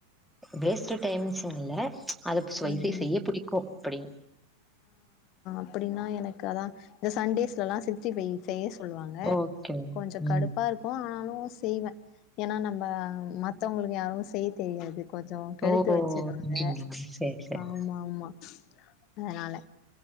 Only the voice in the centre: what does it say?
வேஸ்ட் டைம்ஸ்னு இல்ல அது <unintelligible>
செய்ய பிடிக்கும் அப்படி
ஓகே
ம்
ஓ
அப்டிங்களா சேரி சேரி